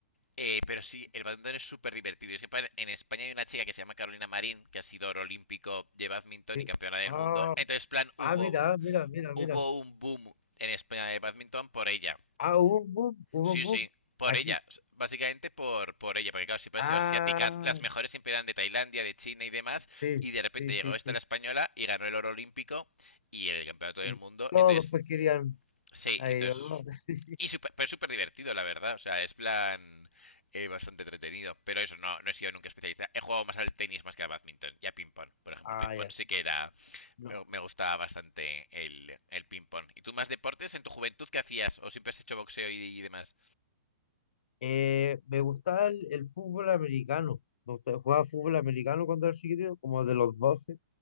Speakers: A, on the left; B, on the left.
A: eh, pero sí, el badminton es súper divertido. es que en España hay una chica que se llama Carolina Marín, que ha sido oro olímpico de badminton
B: sí.
A: y campeona del
B: Ah,
A: mundo. Entonces, plan, hubo,
B: ah, mira, ah, mira, mira,
A: hubo
B: mira.
A: un boom en España de badminton por ella.
B: Ah, hubo un boom, hubo
A: Sí,
B: un boom.
A: sí, por
B: Aquí.
A: ella. s- Básicamente por, por ella, porque claro, siempre
B: Ah,
A: han sido asiáticas. Las mejores siempre eran de Tailandia, de China y demás.
B: sí,
A: Y de repente
B: sí, sí,
A: llegó esta
B: sí.
A: la española y ganó el oro olímpico y el campeonato del
B: Y
A: mundo.
B: todos
A: Entonces,
B: pues querían
A: sí,
B: a
A: entonces.
B: ellos, ¿no? <laughs> Sí.
A: Y súper pero súper divertido, la verdad. O sea, es plan eh, bastante entretenido. Pero eso, no, no he sido nunca especialista. He jugado más al tenis más que al badminton y a ping-pong. Por ejemplo,
B: Ah,
A: ping-pong
B: ya.
A: sí que era.
B: No.
A: Me, me gustaba bastante el, el ping-pong. ¿Y tú más deportes en tu juventud qué hacías? ¿O siempre has hecho boxeo y, y demás?
B: Eh, me gustaba el, el fútbol americano. Me gustaba, jugaba fútbol americano cuando era chiquitito, como de los 12